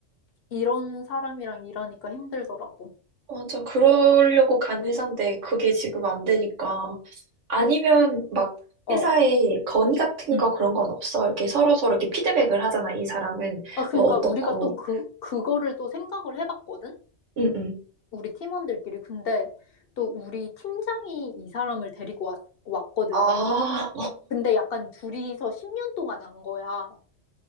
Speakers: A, on the left; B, on the right.
A: 이런 사람이랑 일하니까 힘들더라고.
B: 맞아. 그러려고 간 회사인데 그게 지금 안 되니까. 아니면 막
A: 어,
B: 회사에 건의 같은
A: 응.
B: 거 그런 건 없어. 이렇게 서로서로 이렇게 피드백을 하잖아, 이 사람은.
A: 아, 그러니까
B: 뭐 어떻고.
A: 우리가 또 그, 그거를 또 생각을 해봤거든?
B: 응, 응.
A: 우리 팀원들끼리. 근데 또 우리 팀장이 이 사람을 데리고 왔, 왔거든.
B: 아,
A: 근데 약간 둘이서 10년 동안 안 거야.